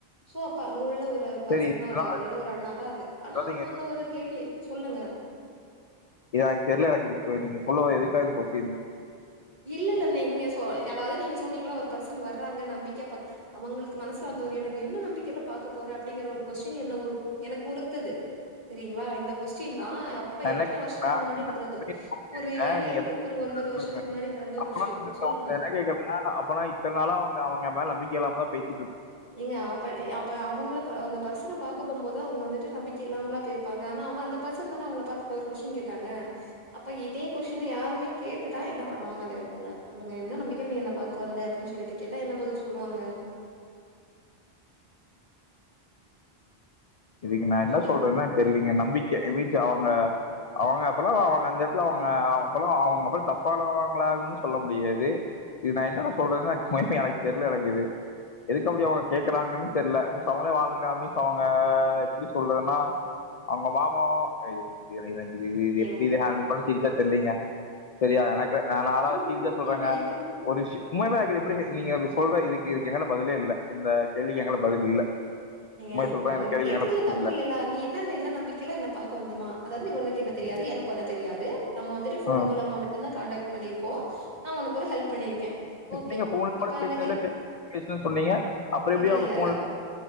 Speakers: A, on the right; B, on the left.
A: சோ அப்ப அங்க உள்ள ஒரு ஒரு பர்சன்
B: சரி இதனால
A: தான் அது அங்க உள்ள ஒரு அண்ணா தான் அது ஆனா அவங்க
B: நீங்க
A: வந்து ஒரு கேள்வி சொல்லுங்க
B: இது எனக்கு தெரில எனக்கு இ நீங்க சொல்ல வாரிங்க எதுக்காக இந்த கொஸ்
A: இல்ல இல்லங்க நீங்க சொன் அதாவது நீங்க சொன்னீங்கள்ல ஒரு பர்சன் வர்றாங்க நம்பி கேப்பாங்க அவுங்களுக்கு மனசுல அந்த ஒரு என்னோ இருக்கோ என்ன நம்பிக்கையில பாக்க போற அப்டிங்கற ஒருக்கொஸ்டின் எனக்கு உருத்தது சேரிங்களா இந்த கொஸ்டின் நா அப்ப
B: நான்
A: எத்தன
B: என்ன
A: வருஷத்துக்கு
B: நான்
A: முன்னாடி நடந்தது
B: போயிருக்கேங்க
A: ஒரு ஏழு
B: நீங்க
A: எட்டு ஒரு ஒன்பது
B: சொல்லுங்க
A: வருஷத்துக்கு முன்னாடி ஒரு
B: அப்பனா
A: விஷயம்
B: <inaudible>
A: சொல்லுங்க
B: என்ன கேக்குறீங்கன்னா அப்பனா இத்தன நாளா அவுங்க அவுங்க மேல நம்பிக் எளனமா பேசி
A: எங்க அப்ப அப்ப அவுங்கள அந்த பசங்கள பா போகும்ப போது அவுங்க வந்துட்டு நம்பிக்க இல்லாமலா போயிருப்பாங்க ஆனா அவே அந்த பசங்க தானே அவுங்கள பாத்து ஒரு கொஸ்டின் கேட்டாங்க அப்ப இதே கொஷ்டின யாருமே கேட்டுட்டா என்ன பண்ணுவாங்க அந்த எடத்துல சொல்லுங்க என்ன நம்பிக்கைய்ல நீ என்ன பாக்க வந்த அப்டின்னு சொல்லிட்டு கேட்டா என்ன பதில் சொல்லுவாங்க
B: இதுக்கு நா என்ன
A: நம்பி
B: சொல்றதுன்ன தெரிலீங்க என்ன நம்பிக்க ஐ மீன்ஸ் அவுங்க அவுங்க அப்பல்லா அவுங்க அந்த இடத்துல அவுங்க அப்பல்லா அவுங்க அப்பல் தப்பவாங்களானு சொல்ல முடியாது இது நா என்ன நா சொல்றேன்ன எனக்கு தெரியல எனக்கு இது எதுக்கு அப்டி அவுங்க கேக்குறாங்கன்னு தெரியல மீன்ஸ் அவுங்களே வாழ மீன்ஸ் அவுங்க எப்டி சொல்றதுன்னா அவுங்க மாம எனக்கு இத இதங் இது இது
A: ஏங்க
B: எப்டி இத ஹண்ட்ல் பண்ற சீரியஸ்ஸா தெரிலீங்க சரியா எனக்கு நா நாளா
A: ஏங்க
B: சீரியஸ்ஸா சொல்றேங்க
A: ஏங்க இது
B: ஒரு விஷ் உண்மதா அது எப்படி நீங்க சொல்ற இதுக்கு இதுக்கு என்னாண்ட பதிலே இல்ல இந்த கேள்விக்கு எங்கைல பதிலே இல்ல
A: நீங்க
B: உண்மையை
A: இப்ப
B: சொல்றேன்
A: அவங்க
B: இந்த கேள்விக்கு
A: கேட்டது
B: எங்களை
A: இல்ல
B: பதில்
A: தப்பில்ல இல்ல நீ என்ன என்ன நம்பிக்கையில என்ன பாக்க வந்தமா அதாவது உன்னக்கு இந்த தெரியாது எனக்கு உன்ன தெரியாது நம்ம வந்துட்டு ஃபோன்
B: ம்.
A: மூலமா மட்டும் தா காண்டாக்ட் பண்ணிருக்கோம் நா உனக்கு ஒரு ஹெல்ப் பண்ணிருக்கே ஓகே
B: நீங்க ஃபோன் கூட
A: அப்ப
B: பேசுனது
A: அந்த ஹெல்ப்
B: இல்ல <inaudible> பேசலன்னு சொன்னீங்க அப்றோ எப்டி
A: இல்ல
B: அவுங்க
A: இல்ல
B: ஃபோன்
A: இல்ல